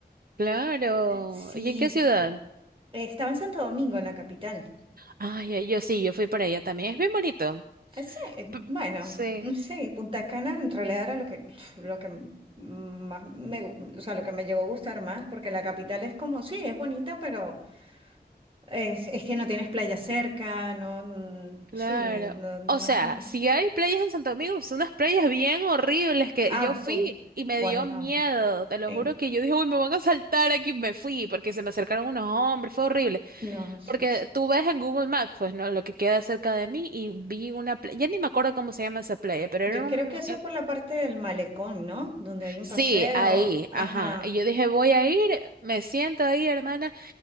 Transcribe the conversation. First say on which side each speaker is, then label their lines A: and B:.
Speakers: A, on the right; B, on the right.
A: Claro.
B: Sí,
A: ¿Y en qué ciudad?
B: eh, Estaba en Santo Domingo, en la capital.
A: Ay, ay, yo sí, yo fui para allá también. Es bien bonito.
B: Eh, sí, eh,
A: P-
B: bueno,
A: Sí.
B: mm, sí, Punta Cana en realidad era lo que, lo que m- más me, gu- o sea, lo que me llevó a gustar más, porque la capital es como, sí, es bonita, pero es, es que no tienes playa cerca, no, mm,
A: Claro.
B: sí, no, no
A: O sea,
B: es como,
A: si hay playas en Santo Domingo, son unas playas bien horribles que
B: ah,
A: yo fui
B: o-
A: y
B: bueno,
A: me dio miedo. Te lo
B: en-
A: juro que yo dije, uy, me van a saltar aquí. Me fui porque se me acercaron unos hombres, fue horrible.
B: no, sí,
A: Porque
B: sí.
A: tú ves en Google Maps, pues, ¿no? Lo que queda cerca de mí y vi una playa, ya ni me acuerdo cómo se llama esa playa, pero
B: Yo
A: era
B: creo
A: un...
B: que eso
A: eh,
B: es por la parte del malecón, ¿no? Donde hay un
A: Sí,
B: paseo,
A: ahí,
B: ajá,
A: ajá. Y yo dije, voy a ir, me siento ahí, hermana.